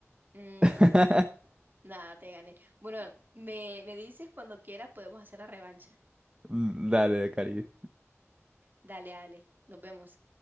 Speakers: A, on the right; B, on the right.
A: Mm,
B: <laughs>
A: nada, te gané. Bueno, me, me dices cuando quieras podemos hacer la revancha.
B: Mm, Dale, Cari.
A: Dale, dale. Nos vemos.